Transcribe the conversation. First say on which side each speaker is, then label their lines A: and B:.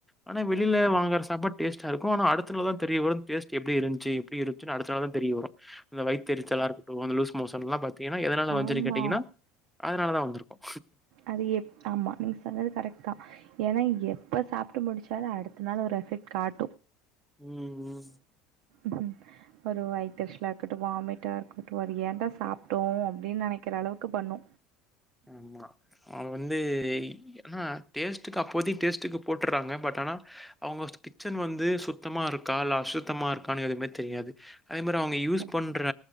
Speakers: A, in the centre; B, on the right (about 70°).
A: ஆனா வெளில வாங்கற சாப்பாடு டேஸ்டா இருக்கு ஆனா அடுத்த நாள் தா தெரிய வரு டேஸ்ட்டு எப்டி இருந்துச்சு எப்டி இருன்ச்சுனு அடுத்த நாள் தா தெரிய வரு அந்த வயிதெரிச்சலாருக்கட்டு அந்த லூஸ் மோஷன்லா பாத்தீங்கன்னா எதனா வஞ்செரி
B: ஆமா
A: கேட்டீங்கன்னா அதனால தா வந்திருக்கு
B: அது எப் ஆமா நீங்க சொன்னது கரெக்ட் தா ஏனா எப்ப சாப்ட்டு முடிச்சாலு அடுத்த நாள் ஒரு எஃபெக்ட் காட்
A: ம் ம்
B: ம் ஒரு வயித்தெரிச்சலா இருக்கட்டு வாமிட்டா இருக்கட்டு அது ஏன்டா சாப்ட்டோ அப்டின் நெனைக்கிற அளவுக்கு பண்ணு
A: ஆமா அவ வந்து ஏனா டேஸ்ட்டுக்கு அப்போதைக் டேஸ்ட்டுக் போட்டுறாங்க பட் ஆனா அவுங்க கிச்சன் வந்து சுத்தமா இருக்கா இல்ல அசுத்தமா இருக்கான்னு எதுமே தெரியாது அதே மாரி அவ்ங்க யூஸ்
B: கண்டிப்பா.
A: பண்ற